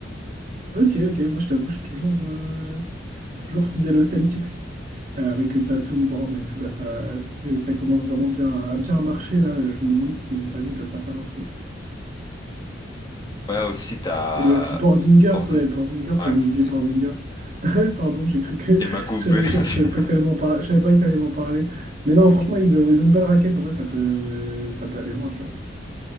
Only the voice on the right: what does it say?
Ok, ok, moi je t'avoue, je suis toujours, euh, toujours fidèle aux Celtics. Euh, avec Tatum, Brown et tout, là, ça, c'est- ça commence vraiment bien à à bien marcher, là. Je me demande si cette année, ils peuvent pas faire un truc.
Et il y a aussi Porzingis,
ouais, Porzingis,
j'allais
oublier Porzingis. <laughs> Pardon, j'ai cru que...
<laughs>
Je savais
je- je savais pas que t'allais m'en par- je savais pas que t'allais m'en parler. Mais non, franchement, ils ont, ils ont une belle raquette, en vrai, ça peut, ça peut aller loin, tu vois.